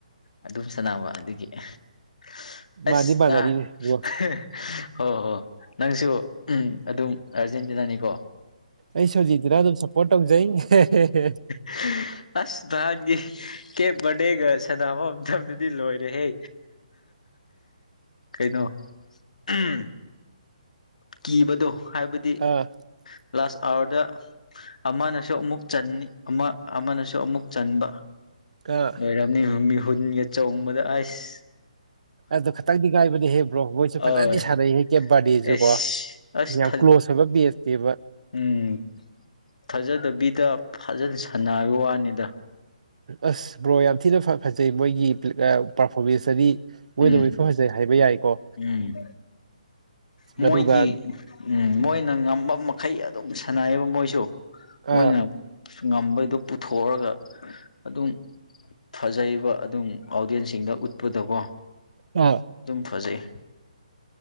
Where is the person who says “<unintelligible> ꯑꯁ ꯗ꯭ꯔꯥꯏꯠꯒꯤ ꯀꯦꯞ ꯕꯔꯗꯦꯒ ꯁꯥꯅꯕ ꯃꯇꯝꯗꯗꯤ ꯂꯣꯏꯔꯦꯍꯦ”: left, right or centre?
Left